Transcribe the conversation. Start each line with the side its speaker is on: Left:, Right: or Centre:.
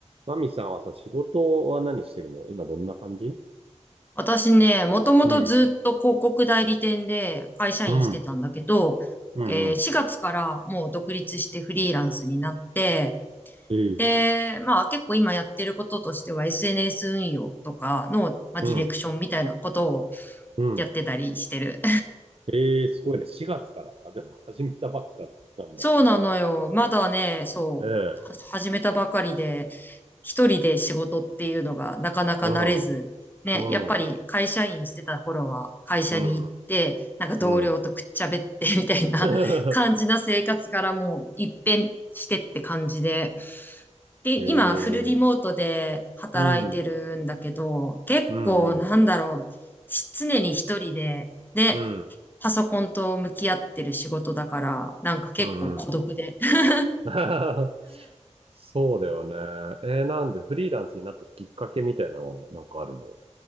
Right: マミさんはさ、仕事は何してるの今どんな感じ
Left: 私ね、もともとずっと広告代理店で会社員してたんだけど、
Right: うん。うん。うん。
Left: えー4月からもう独立してフリーランスになって、
Right: うん。ええ。
Left: で、まあ結構今やってることとしては SNS 運用とかの、まあ、
Right: うん。
Left: ディレクションみたいなことを
Right: うん。
Left: やってたりしてる。
Right: ええ、すごいね。4月から。あ、でも始めたばっかなんだ。
Left: そうなのよ。まだね、そう、
Right: ええ。
Left: は始めたばかりで、一人で仕事っていうのがなかなか慣れず、
Right: うん。
Left: ね、
Right: うん。
Left: やっぱり会社員してた頃は会社に行って、
Right: うん。
Left: なんか同僚とくっちゃべって
Right: うん。
Left: <laughs> みたいな
Right: <laughs>
Left: <laughs> 感じな生活からもう一変してって感じで。で、
Right: え
Left: 今フルリモートで働いてるんだけど、
Right: え。うん。
Left: 結構なんだろう、
Right: うん。うん。
Left: し常に一人で、ね
Right: うん。
Left: パソコンと向き合ってる仕事だから、なんか結構孤独で。
Right: うん。うん
Left: <laughs>
Right: <laughs> そうだよね。えー、なんでフリーランスになったきっかけみたいなのはなんかあるの